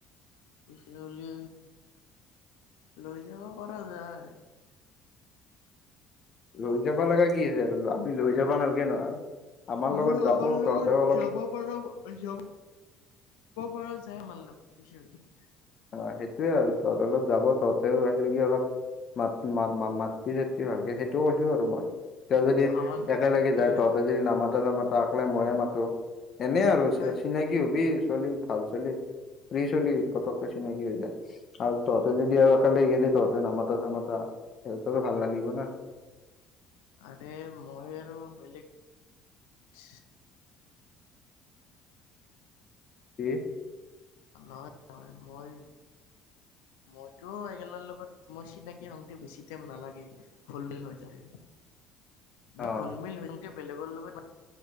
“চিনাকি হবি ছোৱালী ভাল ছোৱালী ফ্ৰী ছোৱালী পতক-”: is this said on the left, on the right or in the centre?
Left